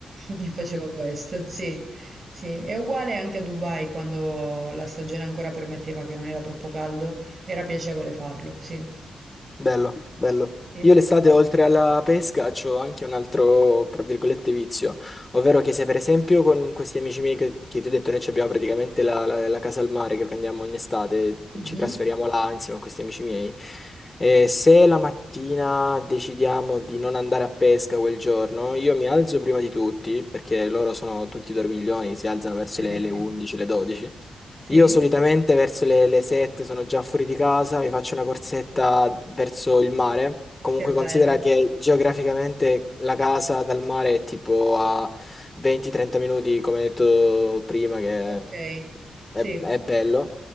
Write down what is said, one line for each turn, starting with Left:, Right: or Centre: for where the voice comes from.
Right: <laughs> E facevo questo, sì, sì. È uguale anche a Dubai, quando la stagione ancora permetteva che non era troppo caldo, era piacevole farlo, sì.
Left: Bello, bello.
Right: Sì.
Left: Io l'estate, oltre alla pesca, ho anche un altro, tra virgolette, vizio, ovvero che se per esempio con questi amici miei che, che ti ho detto, noi ci abbiamo praticamente la, la- la casa al mare che prendiamo ogni estate,
Right: Mhm.
Left: ci trasferiamo là insieme a questi amici miei, e se la mattina decidiamo di non andare a pesca quel giorno, io mi alzo prima di tutti, perché loro sono tutti dormiglioni, si alzano verso
Right: <laughs>
Left: le, le 11, le 12.
Right: Sì,
Left: Io solitamente verso le, le 7 sono già fuori di casa, mi faccio una corsetta verso il mare. Comunque
Right: che bello.
Left: considera che geograficamente la casa dal mare è tipo a 20-30 minuti, come detto prima, che
Right: Ok,
Left: è,
Right: sì.
Left: è bello.